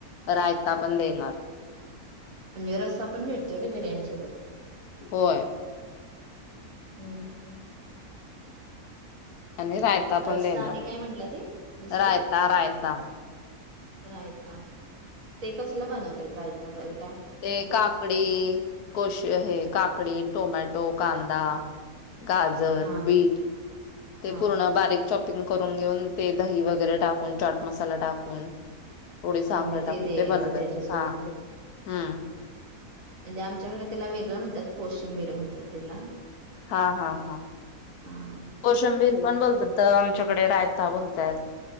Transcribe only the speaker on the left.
रायता पण देणार <inaudible>
होय
आणि रायता पण
देणार
रायता रायता
ते काकडी कोश हे काकडी, टोमॅटो, कांदा गाजर,
बीट ते
पूर्ण बारीक चॉपिंग करून घेऊन ते दही वगैरे टाकून चाट मसाला टाकून थोडी साखर
टाकून
ते बनवत्यात
हा हा
हा हा हा
कोशंबीर पण बोलत्यात आमच्याकडे रायता बोलत्यात